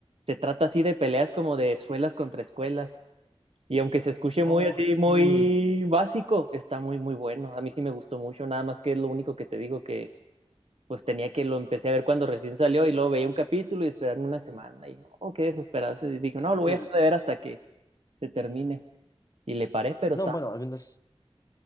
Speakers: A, on the right (about 70°); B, on the left (about 35°).
A: se trata así de peleas como de escuelas contra escuelas. Y aunque se escuche
B: ok,
A: muy así, muy básico, está muy, muy bueno. A mí sí me gustó mucho, nada más que es lo único que te digo que pues tenía que lo empecé a ver cuando recién salió y luego veía un capítulo y esperarme una semana y no, qué desesperado. Y dije, no,
B: sí.
A: lo voy a dejar de ver hasta que se termine. Y le paré, pero
B: No,
A: está
B: bueno, al menos